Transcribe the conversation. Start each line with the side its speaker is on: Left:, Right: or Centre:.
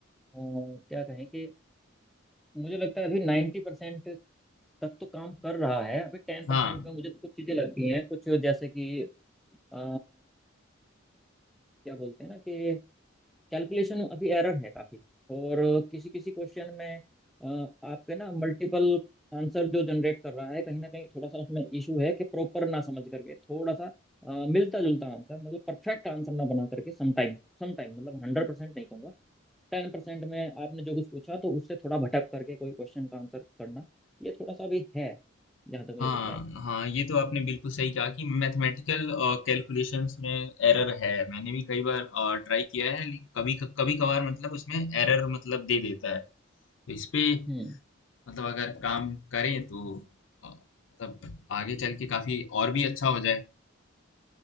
Centre: अ, क्या कहें कि मुझे लगता है अभी नाइन्टी परसेंट तक तो काम कर रहा है अभी टेन
Left: हाँ
Centre: परसेंट में मुझे तो कुछ चीजें लगती हैं कुछ जैसे कि अ, क्या बोलते हैं ना कि कैलकुलेशन अभी एरर है काफी और किसी किसी क्वेश्चन में अ, आपके ना मल्टीपल आंसर जो जनरेट कर रहा है कहीं ना कहीं थोड़ा सा उसमें इशू है कि प्रॉपर ना समझ करके थोड़ा सा मिलता जुलता आंसर मतलब परफेक्ट आंसर ना बना करके समटाइम समटाइम मतलब हंड्रेड परसेंट नहीं कहूंगा टेन परसेंट में आपने जो कुछ पूछा तो उससे थोड़ा भटक करके कोई क्वेश्चन का आंसर करना ये थोड़ा सा भी है जहाँ तक मुझे
Left: हाँ
Centre: लगता है
Left: हाँ ये तो आपने बिल्कुल सही कहा कि मैथमेटिकल कैलकुलेशंस में एरर है मैंने भी कई बार ट्राई किया है लेकिन कभी कभी कभार मतलब उसमें एरर मतलब दे देता है तो इस पे
Centre: हम्म
Left: मतलब अगर काम करें तो अ, मतलब आगे चल के काफी और भी अच्छा हो जाए